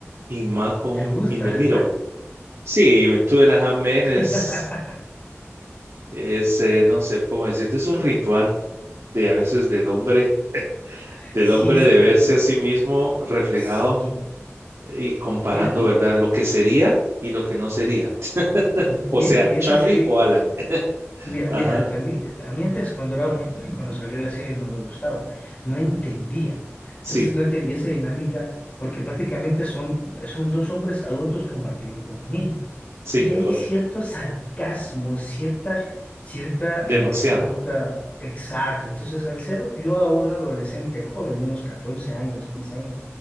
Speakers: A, on the right (about 75°); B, on the left (about 30°).
A: y Malcolm
B: ¿Te gusta?
A: in the Middle. Sí, Two and a Half Men
B: <laughs>
A: es, es eh, no sé cómo decirte, es un ritual de a veces del hombre, del
B: Sí,
A: hombre
B: es
A: de
B: que
A: verse
B: eh,
A: a sí mismo reflejado
B: Sí,
A: y comparando,
B: mira, m-
A: ¿verdad? Lo que sería y lo que no sería.
B: mira
A: O sea,
B: que esa
A: Charlie
B: serie,
A: o Alan. <laughs>
B: Mira,
A: Ajá,
B: mira, lo que a mí, a mí antes cuando era, un- eh, cuando salió la serie no me gustaba, no entendía.
A: sí,
B: Entonces no entendía esa dinámica porque prácticamente son, son dos hombres adultos compartiendo con un niño.
A: sí,
B: Y hay
A: correcto.
B: cierto sarcasmo, cierta, cierta, eh,
A: Demasiado.
B: cierta, exacto. Entonces al ser yo a un adolescente joven de unos 14 años, 15 años,